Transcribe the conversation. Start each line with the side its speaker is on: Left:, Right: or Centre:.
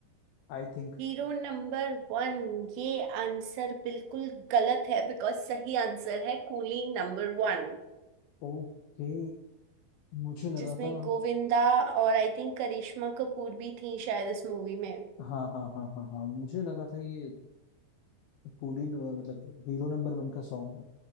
Left: I think
Right: Hero number one ये आंसर बिल्कुल गलत है बिकॉज सही आंसर है कूली नंबर वन
Left: Okay मुझे लगा
Right: जिसमें
Left: था
Right: गोविंदा और आई थिंक करिश्मा कपूर भी थी शायद इस मूवी में
Left: हाँ हाँ हाँ हाँ हाँ मुझे लगा था ये कूली न- मतलब हीरो नंबर वन का सॉन्ग है